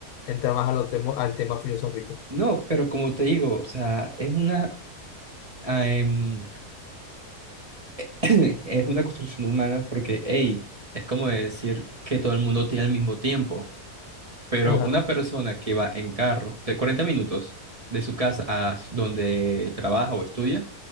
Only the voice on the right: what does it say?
No, pero como te digo, o sea, es una ah, em, <laughs> <clears throat> es una construcción humana porque, hey, es como decir que todo el mundo tiene el mismo tiempo, pero
una persona que va en carro de 40 minutos de su casa a s- donde trabaja o estudia,